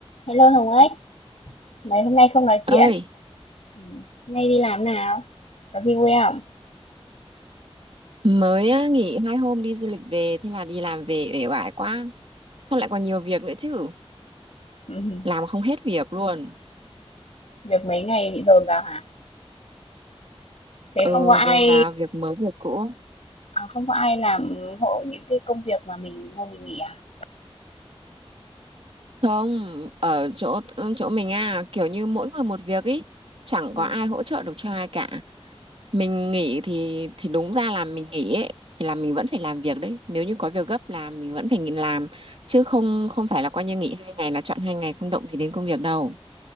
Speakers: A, on the left; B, on the right.
A: Hello Hồng Ếch, mấy hôm nay không nói chuyện.
B: ơi
A: Ừ. Nay đi làm nào? Có gì vui không?
B: mới á, nghỉ hai hôm đi du lịch về thế là đi làm về uể oải quá sao lại còn nhiều việc nữa chứ
A: Ừ.
B: làm không hết việc luôn
A: Việc mấy ngày bị dồn vào hả? Thế
B: ừ
A: không có ai
B: dồn vào việc mới việc cũ
A: à, không có ai làm hộ những cái công việc mà mình hôm mình nghỉ à?
B: không ở chỗ ừ, chỗ mình à kiểu như mỗi người một việc ý chẳng
A: Ừ.
B: có ai hỗ trợ được cho ai cả mình nghỉ thì thì đúng ra là mình nghỉ ấy thì là mình vẫn phải làm việc đấy nếu như có việc gấp làm mình vẫn phải nghỉ làm chứ không không phải là coi như nghỉ hai ngày là chọn hai ngày không động gì đến công việc đâu